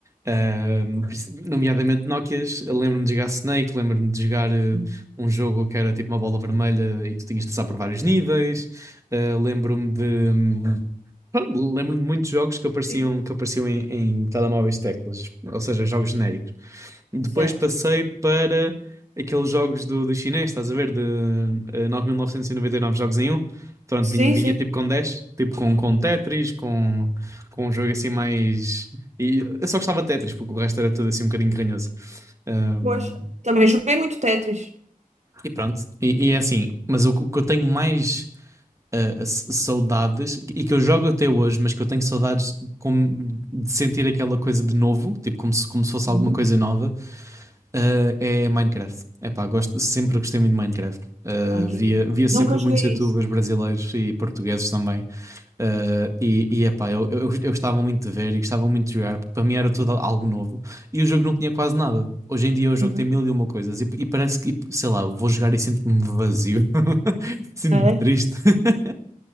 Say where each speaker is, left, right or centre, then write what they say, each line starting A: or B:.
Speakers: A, on the right; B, on the right.
A: Ahm, princi- nomeadamente Nokias, eu lembro-me de jogar Snake, lembro-me de jogar eh,
B: Hum.
A: um jogo que era tipo uma bola vermelha e que tu tinhas de passar por vários níveis. Ah, lembro-me de, hum, Pronto, Lembro-me de muitos jogos que apareciam,
B: Sim,
A: que apareciam em, em telemóveis de teclas, ou seja, jogos genéricos. Depois
B: certo.
A: passei para aqueles jogos do, do chinês, estás a ver, de eh, 9.999 jogos em um. Pronto,
B: Sim,
A: vinha, vinha
B: sim,
A: tipo com dez tipo com, com Tetris, com, com um jogo assim mais. E eu só gostava de Tetris, porque o resto era tudo assim um bocadinho ranhoso. Ahm,
B: pois. Também joguei muito Tetris.
A: e pronto, e, e é assim, mas o, o que eu tenho mais uh, s- saudades e que eu jogo até hoje, mas que eu tenho saudades como de sentir aquela coisa de novo, tipo como se, como se fosse
B: Uhum.
A: alguma coisa nova, uh, é Minecraft. Epá, gosto, sempre gostei muito de Minecraft. Uh,
B: Ah, que
A: via,
B: engraçado.
A: via sempre
B: Nunca joguei
A: muitos YouTubers
B: isso.
A: brasileiros e portugueses também. Uh, e, e epá, eu, eu, eu gostava muito de ver e gostava muito de jogar, porque para mim era tudo algo novo. E o jogo não tinha quase nada. Hoje em dia o jogo
B: Uhum.
A: tem mil e uma coisas e, e parece que, sei lá, eu vou jogar e sinto-me vazio, <laughs> sinto-me
B: É?
A: triste. <laughs>